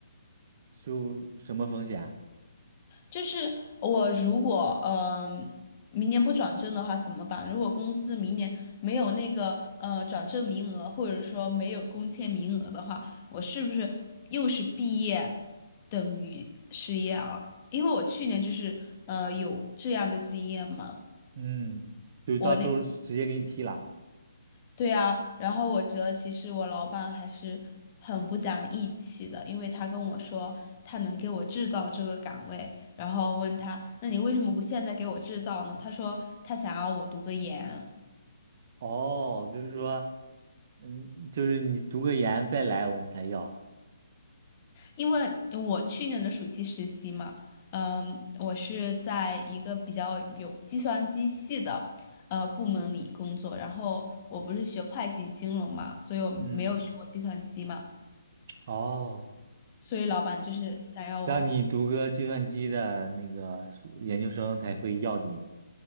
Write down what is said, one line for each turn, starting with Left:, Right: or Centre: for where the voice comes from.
Right: 就什么风险啊
Left: 就是我如果嗯、明年不转正的话怎么办？如果公司明年没有那个呃转正名额，或者说没有工签名额的话，我是不是又是毕业等于失业啊？因为我去年就是呃有这样的经验嘛。
Right: 嗯，就到时候直接给你踢了。
Left: 我那。对呀，然后我觉得其实我老板还是很不讲义气的，因为他跟我说他能给我制造这个岗位，然后问他，那你为什么不现在给我制造呢？他说他想要我读个研，
Right: 哦，就是说，嗯，就是你读个研再来我们才要啊。
Left: 因为我去年的暑期实习嘛，嗯，我是在一个比较有计算机系的呃部门里工作，然后我不是学会计金融嘛，所以我没有学过计算机嘛，
Right: 嗯，哦，
Left: 所以老板就是想要我。
Right: 让你读个计算机的那个研究生才会要你，